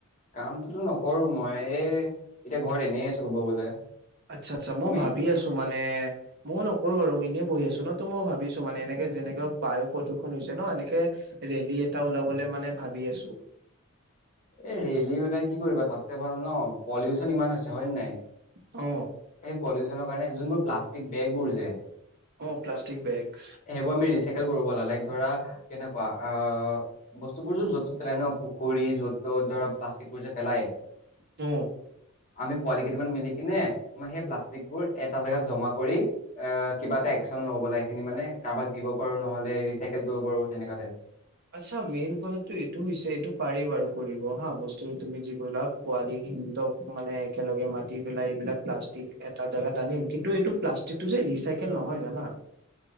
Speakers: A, on the left; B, on the right.
A: কামটোতো নকৰো মই এই এতিয়া ঘৰত এনেই আছো ক'ব গলে।
B: আচ্ছা আচ্ছা মই
A: তুমি
B: ভাবি আছো মানে ময় নকৰো বাৰু এনে বহি আছো ন তো মই ভাবিছো মানে এনেকে যেনেকে বায়ু প্ৰদূষণ হৈছে ন এনেকে ৰেলী এটা ওলাবলৈ মানে ভাবি আছো।
A: এই ৰেলি ওলাই কি কৰিবা তাতছে ভাল ন পলিউচন ইমান হৈছে হয় নে নাই?
B: অ
A: এই পলিউচনৰ কাৰণে যোনবোৰ প্লাষ্টিক বেগবোৰ যে
B: অ প্লাষ্টিক বেগছ
A: সেইবোৰ আমি ৰিচাইকেল কৰিব লাগে লাইক ধৰা কেনেকুৱা? অ', বস্তুবোৰটো য'ত ত'ত পেলাই নহ। পুখুৰী য'ত ত'ত ধৰা প্লাষ্টিক বোৰ যে পেলাই
B: অ
A: আমি পোৱালি কেইটামান মিলি কিনে তোমাৰ সেই প্লাষ্টিক বোৰ এটা জেগাত জমা কৰি, আহ কিবা এটা এক্সন লও ব'লা সেইখিনি মানে কাবাক দিব পাৰো, নহলে ৰিচাইকেল কৰিব পাৰো। তেনেকুৱা টাইপ
B: আচ্ছা, মেইন কথাাটো এইটো হৈছে এইটো পাৰি বাৰু কৰিব হা, বস্তু তুমি যি কৰিলা পোৱালি <unintelligible> মানে একেলগে মাতি পেলাই এইবিলাক প্লাষ্ট ঠিক এটা জাগাত আনিম, কিন্তু এইটো প্লাষ্টিকটো যে ৰিচাইকেল নহয় জানা?